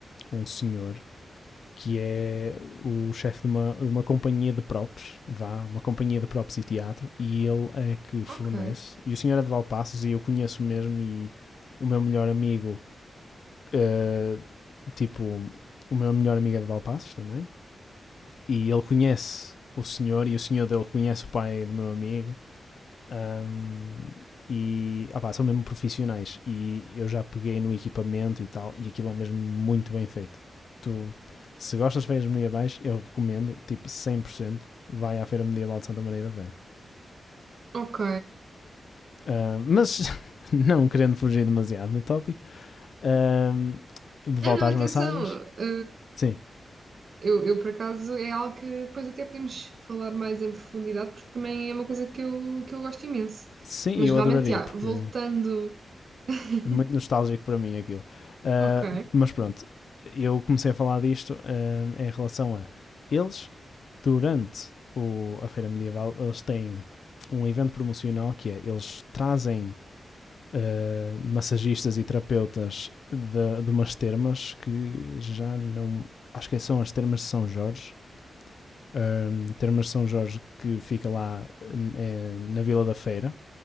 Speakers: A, on the left; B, on the right.
A: um, um senhor que é o chefe de uma, de uma companhia de props, vá, uma companhia de props e teatro, e ele é que fornece.
B: Ok,
A: E o senhor é de Valpaços e eu conheço mesmo e o meu melhor amigo, eh, tipo, o meu melhor amigo é de Valpaços também, e ele conhece o senhor e o senhor dele conhece o pai do meu amigo Ahm, e opá, são mesmo profissionais. E eu já peguei no equipamento e tal, e aquilo é mesmo muito bem feito. Tu, se gostas de feiras medievais, eu recomendo, tipo 100% vai à Feira Medieval de Santa Maria da Feira.
B: ok.
A: Ah, mas, <laughs> não querendo fugir demasiado do tópico, ahm, de
B: Não,
A: volta
B: não,
A: às
B: atenção.
A: massagens,
B: Ah,
A: sim,
B: Eu, eu, por acaso, é algo que depois até podemos falar mais em profundidade, porque também é uma coisa que eu, que eu gosto imenso.
A: sim,
B: Mas
A: eu
B: realmente,
A: adoraria,
B: já,
A: porque
B: voltando.
A: é
B: <laughs>
A: muito nostálgico para mim aquilo. Ah,
B: Ok.
A: mas pronto, eu comecei a falar disto ah, em relação a eles durante o- a Feira Medieval, eles têm um evento promocional que é, eles trazem eh, massagistas e terapeutas de, de umas termas que já não... Acho que são as termas de São Jorge. Ahm, termas de São Jorge que fica lá eh, na Vila da Feira,